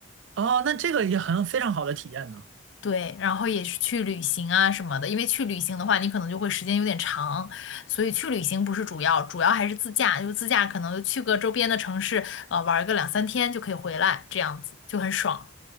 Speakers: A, on the right (about 65°); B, on the left (about 65°).
A: 哦，那这个也很非常好的体验呢。
B: 对，然后也是去旅行啊什么的，因为去旅行的话，你可能就会时间有点长，所以去旅行不是主要，主要还是自驾，就自驾可能就去个周边的城市，呃，玩个两三天就可以回来，这样子就很爽。